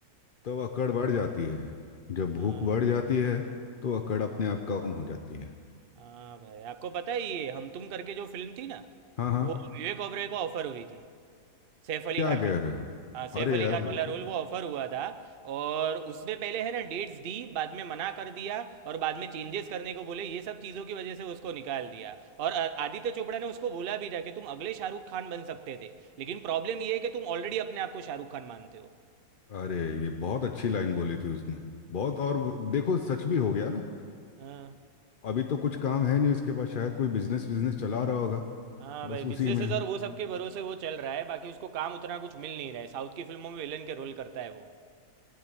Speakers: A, on the left (about 50°); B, on the right (about 60°).
A: तब अकड़ बढ़ जाती है जब
B: हाँ
A: भूख बढ़
B: भाई
A: जाती है तो अकड़ अपने आप कम हो जाती है
B: हाँ भाई आपको पता है ये हम तुम करके जो फिल्म थी ना
A: हाँ हाँ
B: वो विवेक ओबरॉय को ऑफर हुई थी सैफ अली
A: क्या
B: खान वाला
A: कह रहे हो
B: हाँ सैफ
A: अरे
B: अली
A: यार
B: खान
A: वो
B: वाला रोल
A: तो
B: वो ऑफर हुआ था और उसने पहले है ना डेट्स दी बाद में मना कर दिया और बाद में चेंजेस करने को बोले ये सब चीज़ों की वजह से उसको निकाल दिया और अ, आदित्य चोपड़ा ने उसको बोला भी था कि तुम अगले शाहरुख खान बन सकते थे लेकिन प्रॉब्लम ये है कि तुम ऑलरेडी अपने आप को शाहरुख खान मानते हो
A: अरे ये बहुत अच्छी लाइन बोली थी उसने बहुत और वो- देखो सच भी हो गया ना
B: हाँ
A: अभी तो कुछ काम है नहीं उसके पास शायद कोई बिजनेस बिजनेस चला रहा होगा
B: हाँ भाई
A: बस
B: बिजनेसेस
A: उसी में
B: और वो सब के भरोसे वो चल रहा है बाकी उसको काम उतना कुछ मिल नहीं रहा है साउथ की फिल्मों में विलन के रोल करता है वो